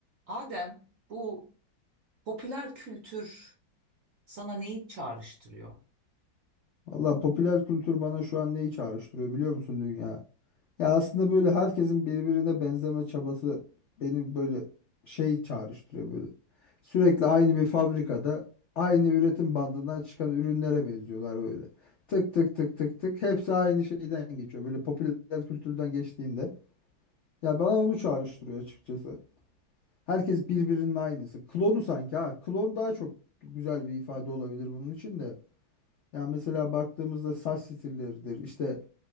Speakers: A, on the right; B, on the left.
A: Adem, bu popüler kültür sana neyi çağrıştırıyor?
B: Valla popüler kültür bana şu an neyi çağrıştırıyor biliyor musun dünya? Ya aslında böyle herkesin birbirine benzeme çabası beni böyle şey çağrıştırıyor böyle. Sürekli aynı bir fabrikada aynı üretim bandından çıkan ürünlere benziyorlar böyle. Tık tık tık tık tık hepsi aynı şeyden geçiyor böyle popüler kültürden geçtiğinde. Ya bana onu çağrıştırıyor açıkçası. Herkes birbirinin aynısı. Klonu sanki ha. Klon daha çok güzel bir ifade olabilir bunun için de. Yani mesela baktığımızda saç stilleridir, işte